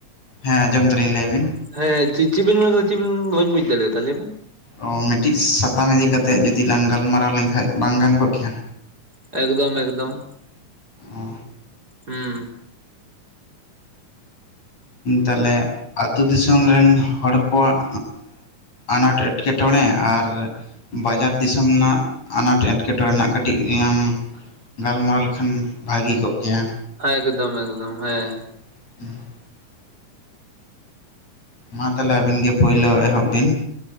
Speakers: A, on the left (about 55°); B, on the right (about 30°).
A: ᱦᱮᱸ ᱟᱢᱚᱢ ᱫᱟᱞᱤᱧ ᱞᱟᱹᱭ ᱵᱤᱱ᱾
B: ᱦᱮᱸ ᱦᱮᱸ ᱪᱤᱜ ᱵᱤᱱ- ᱪᱤᱜ ᱵᱤᱱ ᱢᱮᱱ ᱠᱮᱫᱟ ᱵᱟᱹᱧ ᱵᱩᱡᱽ ᱫᱟᱲᱮᱭᱟᱫᱟ ᱞᱟᱹᱭ ᱵᱮᱱ?
A: ᱚ ᱢᱤᱫᱴᱤᱡ ᱥᱟᱛᱟᱢ ᱤᱫᱤ ᱠᱟ ᱠᱟᱛᱮᱜ ᱡᱩᱫᱤ ᱞᱟᱝ ᱜᱟᱞᱢᱟᱨᱟᱣ ᱞᱮᱱᱠᱷᱟᱡ ᱵᱟᱝ ᱜᱟᱱ ᱠᱚᱜ ᱠᱮᱭᱟ?
B: ᱮᱠᱫᱚᱢ, ᱮᱠᱫᱚᱢ᱾
A: ᱚ᱾
B: ᱦᱩᱸᱻ
A: ᱛᱟᱦᱞᱮ ᱟᱹᱛᱩ ᱫᱤᱥᱚᱢ ᱨᱮᱱ ᱦᱚᱲ ᱠᱚᱣᱟᱜ ᱟᱱᱟᱴ ᱮᱴᱠᱮᱴᱚᱬᱮ ᱟᱨ ᱵᱟᱡᱟᱨ ᱫᱤᱥᱚᱢ ᱨᱮᱱᱟᱜ ᱟᱱᱟᱴ ᱮᱴᱠᱮᱴᱚᱬᱮ ᱨᱮᱱᱟᱜ ᱠᱟᱹᱴᱤᱡ ᱞᱟᱝ ᱜᱟᱞᱢᱟᱨᱟᱣ ᱞᱮᱠᱷᱟᱱ ᱵᱷᱟᱹᱜᱮ ᱠᱚᱜ ᱠᱮᱭᱟ᱾
B: ᱮᱠᱫᱚᱢ, ᱮᱠᱫᱚᱢ ᱦᱮᱸ᱾
A: <inaudible> ᱢᱟ ᱛᱟᱦᱚᱞᱮ ᱟᱹᱵᱤᱱ ᱜᱮ ᱯᱳᱭᱞᱳ ᱮᱦᱚᱵ ᱵᱤᱱ᱾